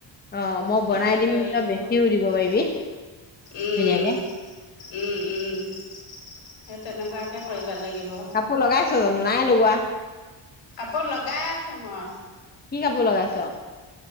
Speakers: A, on the left; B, on the left.
A: অ' মই
B: ফেব্ৰিক
A: বনাই দিম,
B: কৰি
A: তই
B: দিলেও।
A: বেছিও দিব পাৰিবি।
B: উম,
A: ধুনীয়াকে।
B: উম, উম, সেই তেনেকুৱাকে কৰিব লাগিব।
A: কাপোৰ লগাইছ' জানো, নাই লগোৱা।
B: কাপোৰ লগাই আছোঁ মই।
A: কি কাপোৰ লগাইছ'?